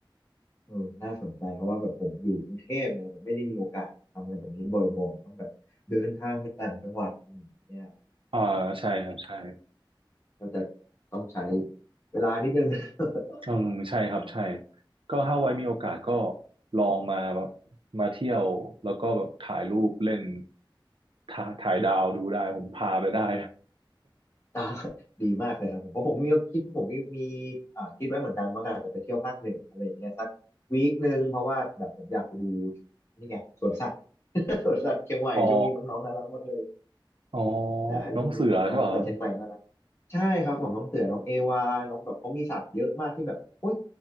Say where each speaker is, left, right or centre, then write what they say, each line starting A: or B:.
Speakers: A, on the left; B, on the right.
A: เออน่าสนใจเพราะว่าแบบผมอยู่กรุงเทพไงแบบไม่ได้มีโอกาสทำอะไรแบบนี้บ่อยๆต้องแบบเดินทางไปต่างจังหวัดอืมเนี่ย
B: อ่าใช่ครับใช่
A: ก็จะต้องใช้เวลานิดนึง <laughs>
B: อืมใช่ครับใช่
A: นะ
B: ก็ถ้าไว้มีโอกาสก็
A: อืม
B: ลองมาแบบมาเที่ยวแล้วก็แบบถ่ายรูปเล่นถ่ายถ่ายดาวดูได้ผมพาไปได้
A: อ่าดีมากเลยครับผมเพราะผมมีคิดผมมีมีอ่าคิดไว้เหมือนกันว่าอาจจะไปเที่ยวภาคเหนืออะไรอย่างเงี้ยสักวีคหนึ่งเพราะว่าแบบผมอยากไปดูนี่ไงสวนสัตว์ <laughs> สวนสัตว์เชียงใหม่ช่วงนี้น้องๆน่ารักมากเลย
B: <laughs> อ๋ออ๋อ
A: ได้ช่วงนี้น้องๆแต่เชียงใหม่น่ารัก
B: น้องเสือใช่ป่ะครับ
A: ใช่ครับผมน้องเสือน้องเอวาน้องแบบเขามีสัตว์เยอะมากที่แบบโอ๊ย